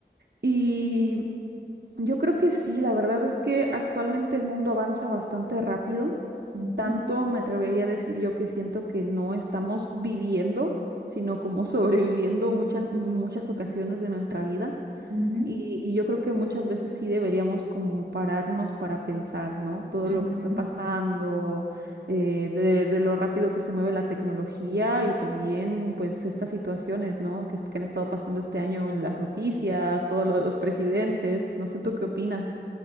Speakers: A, on the right (about 65°); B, on the right (about 80°).
A: Y yo creo que sí, la verdad es que actualmente el mundo avanza bastante rápido
B: ujú,
A: tanto me atrevería a decir yo que siento que no estamos viviendo, sino como <laughs> sobreviviendo muchas, muchas ocasiones de nuestra vida.
B: ujú,
A: Y, y yo creo que muchas veces sí deberíamos como pararnos para pensar, ¿no? Todo
B: ujú,
A: lo
B: ujú,
A: que está
B: ujú.
A: pasando, eh, de, de lo rápido que se mueve la tecnología y también pues estas situaciones, ¿no? Que, est- que han estado pasando este año en las noticias, todo lo de los presidentes. No sé, ¿tú qué opinas?